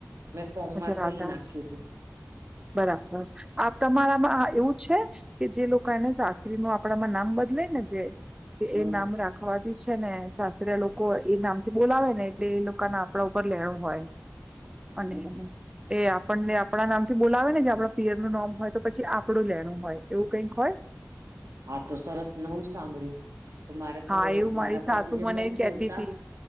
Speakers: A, on the right; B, on the right.
A: મેં ફોર્મમાં
B: હજ
A: તો
B: રાધા
A: એ નાખ્યું
B: જ
A: હતું
B: બરાબર આપ તમારામાં એવું છે? કે જે લોકો એને સાસરીમાં આપડામાં નામ બદલાય ને જે
A: હમ
B: એ નામ રાખે. ખવાતી છે ને સાસરીયા લોકો એ નામ થી બોલાવે ને જે એ લોકો ના આપણા ઉપર લેણું હોય. અને એ આપણને આપણા નામથી બોલાવે ને જે આપણા પિયર નું નામ હોય તો પછી આપડું લેણું હોય એવું કઈક હોય.
A: હા તો સરસ નવું સાંભળ્યું. તો મારે તો
B: હા એવું મારી
A: મારા
B: સાસુ
A: પતિ દેવ
B: મને
A: નથી
B: કેતી
A: બોલતા
B: હતી